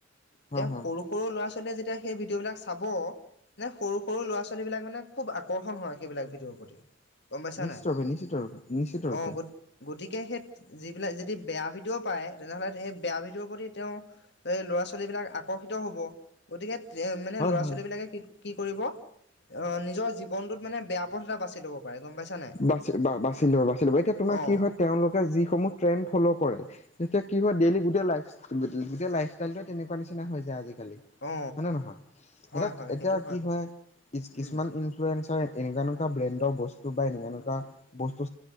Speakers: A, on the left; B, on the left.
A: হয়
B: তেওঁ
A: হয়
B: সৰু সৰু ল'ৰা ছোৱালীয়ে যেতিয়া সেই ভিডিঅ'বিলাক চাব। সৰু, সৰু ল'ৰা ছোৱালীবিলাক মানে খুব আকৰ্ষণ হয়, সেইবিলাক ভিডিওৰ প্ৰতি। গম পাইছা
A: নিশ্চত
B: নাই
A: ৰূপে, নিশ্চিত ৰূপে, নিশ্চিত
B: অ
A: ৰূপে।
B: গত গতিকে সেই যিবিলাক যদি বেয়া ভিডিঅ' পায় তেনেহ'লে সেই বেয়া ভিডিঅ'ৰ প্ৰতি তেওঁ। এই ল'ৰা ছোৱালী বিলাক আকৰ্ষিত হব গতিকে এ মানে
A: হয়
B: ল'ৰা
A: হয়
B: ছোৱালী বিলাকে কি কি কৰিব অ নিজৰ জীৱনটোত মানে বেয়া পথ এটা বাচি ল'ব। পাৰে গম পাইছা নাই
A: বাচি বা-বাচি লব এতিয়া তোমাৰ
B: অ
A: কি হয় তেওঁলোকে যিসমূহ ট্ৰেণ্ড ফ'ল' কৰে। তেতিয়া কি হয় ডেইলি গোটেই লাই গোটেই লাইফষ্টাইলটোৱে তেনেকুৱা নিচিনা হৈ যায় আজিকালি।
B: অ
A: হয়নে নহয়
B: হয়
A: এতিয়া,
B: হয়
A: এতিয়া
B: সেইটো
A: কি হয় কি-কিছুমান
B: উম
A: ইন <unintelligible> এনেকুৱা, এনেকুৱা ব্ৰেণ্ডৰ বস্তু বা এনেকুৱা, এনেকুৱা বস্তু